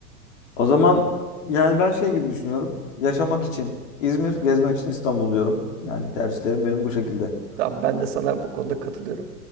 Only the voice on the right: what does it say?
Tamam ben de sana bu konuda katılıyorum.